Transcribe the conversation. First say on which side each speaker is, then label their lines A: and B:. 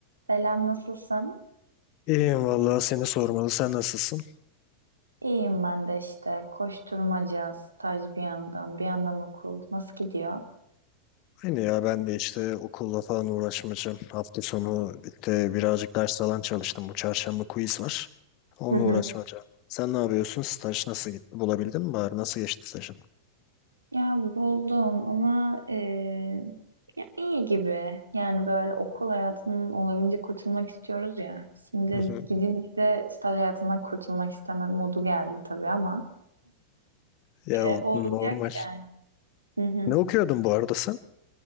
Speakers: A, on the right (about 80°); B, on the left (about 40°).
A: Selam, nasılsın?
B: İyiyim vallahi seni sormalı. Sen nasılsın?
A: İyiyim ben de işte. Koşturmaca, staj bir yandan, bir yandan okul. Nasıl gidiyor?
B: Aynı ya ben de işte okulla falan uğraşmayacağım. Hafta sonu işte birazcık ders falan çalıştım. Bu çarşamba quiz var. Onunla
A: Hı hı.
B: uğraşmayacağım. Sen ne yapıyorsun? Staj nasıl gitti? Bulabildin mi bari? Nasıl geçti stajın?
A: Ya buldum ama eee, ya iyi gibi. Yani böyle okul hayatının olabildiğince kurtulmak istiyoruz ya. Şimdi
B: Hı hı.
A: gidince de staj hayatından kurtulmak istemem modu geldi tabii ama
B: Ya
A: eee,
B: o
A: o
B: normal.
A: olacak yani. Hı hı.
B: Ne okuyordun bu arada sen?